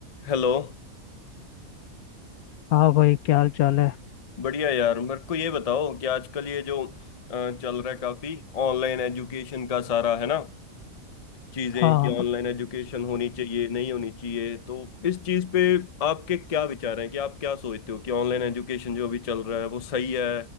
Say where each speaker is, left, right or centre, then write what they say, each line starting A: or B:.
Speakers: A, on the left; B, on the left.
A: Hello
B: हाँ भाई क्या हाल चाल है
A: बढ़िया यार मेरे को ये बताओ कि आजकल ये जो अ, चल रहा है काफी ऑनलाइन एजुकेशन का सारा है ना चीजें
B: हाँ
A: कि ऑनलाइन एजुकेशन होनी चाहिए नहीं होनी चाहिए तो इस चीज पे आपके क्या विचार हैं कि आप क्या सोचते हो कि ऑनलाइन एजुकेशन जो अभी चल रहा है वो सही है